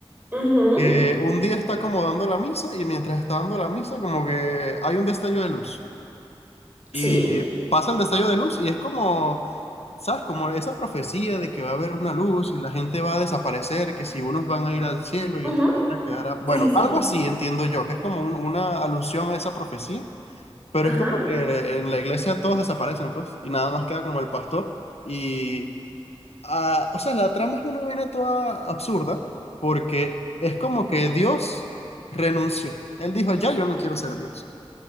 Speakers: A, on the right; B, on the left.
A: Ujú.
B: que un día está como dando la misa y mientras está dando la misa, como que hay un destello de luz. Y
A: Sí.
B: pasa el destello de luz y es como, ¿sabes? Como esa profecía de que va a haber una luz y la gente va a desaparecer, que si unos van a ir al cielo
A: Ajá.
B: y otros se van a quedar a- Bueno,
A: Sí, sí, sí.
B: algo así entiendo yo, que es como un- una alusión a esa profecía, pero
A: Ajá.
B: es como que en la iglesia todos desaparecen, pues, y nada más queda como el pastor. Y, ah, o sea, la trama es una vaina toda absurda, porque es como que Dios renunció. Él dijo, ya yo no quiero ser Dios.